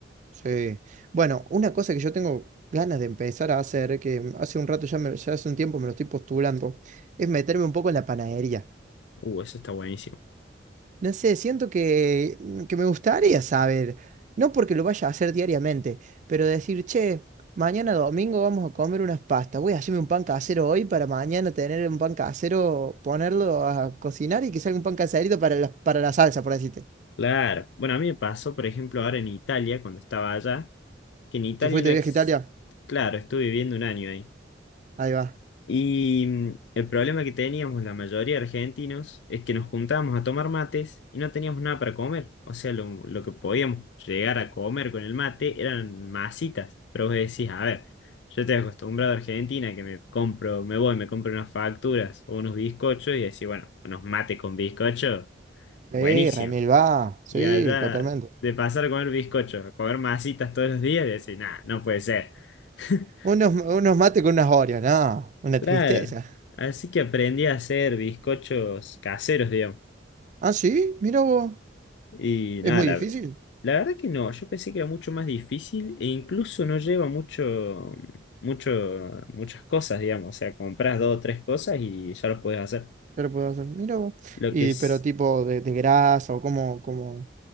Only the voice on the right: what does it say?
Sí. Bueno, una cosa que yo tengo ganas de empezar a hacer, que hace un rato ya, me- ya hace un tiempo me lo estoy postulando, es meterme un poco en la panadería.
No sé, siento que, mm, que me gustaría saber, no porque lo vaya a hacer diariamente, pero decir, che, mañana domingo vamos a comer unas pastas, voy a hacerme un pan casero hoy para mañana tener un pan casero, ponerlo a cocinar y que salga un pan caserito para la, para la salsa, por decirte.
¿Te fuiste
de
viaje a Italia?
Ahí va.
Sí,
Remil va, sí,
totalmente.
Unos, unos mates con unas Oreos, no, una
tristeza.
Ah, sí, mira vos.
Es muy
difícil,
pero puedo hacer, mira vos.
Y,
pero tipo de, de grasa o como, como.